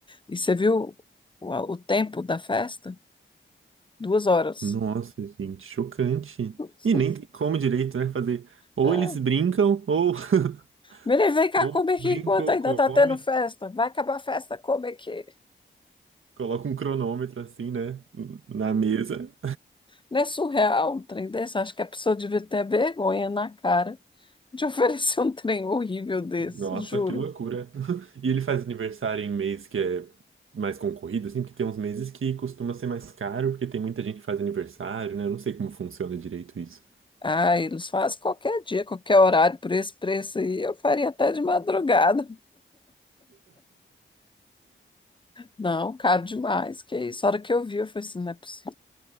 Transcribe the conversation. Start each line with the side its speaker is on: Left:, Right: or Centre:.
Left: E você viu o, o tempo da festa? Duas horas.
Right: Nossa, gente, chocante.
Left: <laughs>
Right: E nem tem como direito, né? Fazer. Ou
Left: Ah,
Right: eles brincam, ou,
Left: Menino,
Right: <laughs>
Left: vem cá,
Right: ou
Left: come aqui
Right: brincam
Left: enquanto
Right: ou
Left: ainda
Right: come.
Left: tá tendo festa. Vai acabar a festa, come aqui.
Right: Coloca um cronômetro assim, né? Na mesa.
Left: Não é surreal um trem desse? Acho que a pessoa devia ter vergonha na cara de <laughs> oferecer um trem horrível desse,
Right: Nossa,
Left: juro.
Right: que loucura. <laughs> E ele faz aniversário em mês que é mais concorrido, assim, porque tem uns meses que costuma ser mais caro, porque tem muita gente que faz aniversário, né? Eu não sei como funciona direito isso.
Left: Ah, eles fazem qualquer dia, qualquer horário, por esse preço aí, eu faria até de madrugada. Não, caro demais. Que isso? A hora que eu vi, eu falei assim, não é possível.